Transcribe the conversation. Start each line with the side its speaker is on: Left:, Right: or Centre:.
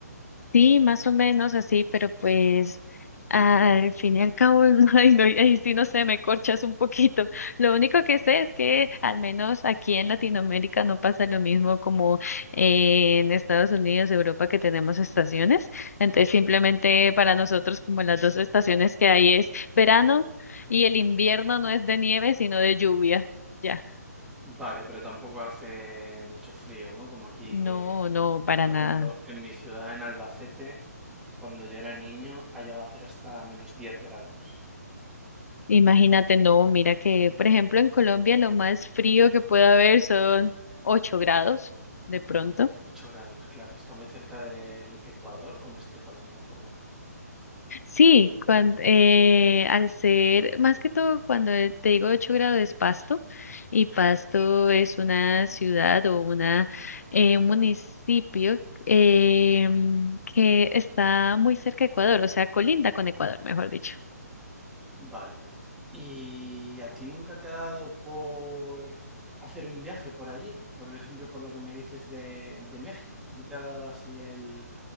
Left: Sí, más o menos así, pero pues al fin y al cabo, <laughs> ay, no, ay, sí, no sé, me corchas un poquito. Lo único que sé es que al menos aquí en Latinoamérica no pasa lo mismo como en Estados Unidos, Europa, que tenemos estaciones. Entonces, simplemente para nosotros como las dos estaciones que hay es verano y el invierno no es de nieve, sino de lluvia. Ya,
Centre: Vale, pero tampoco hace mucho frío, ¿no? Como aquí,
Left: no,
Centre: que,
Left: no, para
Centre: por
Left: nada.
Centre: ejemplo, en mi ciudad, en Albacete, cuando yo era niño, ha llegado a hacer hasta menos 10 grados.
Left: Imagínate, no, mira que, por ejemplo, en Colombia lo más frío que puede haber son 8 grados, de pronto.
Centre: ocho grados, claro. ¿Está muy cerca del Ecuador o me estoy colando un poco?
Left: Sí, cuan- eh, al ser, más que todo, cuando eh, te digo 8 grados es Pasto, y Pasto es una ciudad o una, eh, un municipio eh, que está muy cerca de Ecuador, o sea, colinda con Ecuador, mejor dicho.
Centre: Vale. ¿Y a ti nunca te ha dado por hacer un viaje por allí? Por ejemplo, por lo que me dices de, de México. ¿No te ha dado así el,